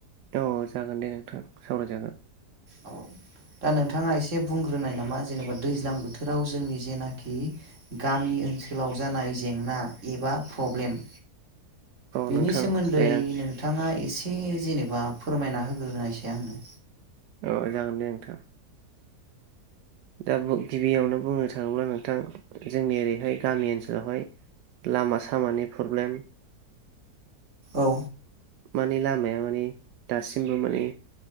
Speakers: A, on the right; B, on the right.
A: औ जागोन दे नोंथां सावरायजागोन
B: औ। दा नोंथाङा एसे बुंग्रोनाय नामा जेनेबा दैज्लां बोथोराव जोंनि जेनाखि गामि ओनसोलाव जानाय जेंना एबा प्रब्लेम
A: औ
B: बेनि
A: नोंथां
B: सोमोन्दै
A: दे आं
B: नोंथाङा एसे जेनेबा फोरमायना होग्रोनायसै आंनो
A: औ जागोन दे नोंथां। दा गिबियावनो बुंनो थाङोब्ला नोंथां जोंनि ओरैहाय गामि ओनसोलावहाय लामा सामानि प्रब्लेम
B: औ।
A: माने लामाया माने दासिमबो माने